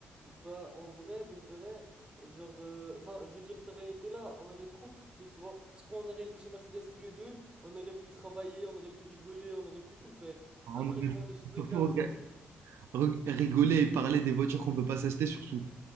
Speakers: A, on the right; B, on the right.
A: bah, en vrai, de vrai, genre, euh, enfin, je veux dire, t'aurais été là, on aurait trop kiffé, tu vois. Parce qu'on aurait été chez Mercedes tous les deux, on aurait pu travailler, on aurait pu rigoler, on aurait pu tout faire.
B: On
A: Après,
B: aurait-
A: quand on est chez
B: Surtout,
A: au café
B: on aurait-
A: et tout.
B: Reg- rigoler et parler des voitures qu'on peut pas s'acheter, surtout.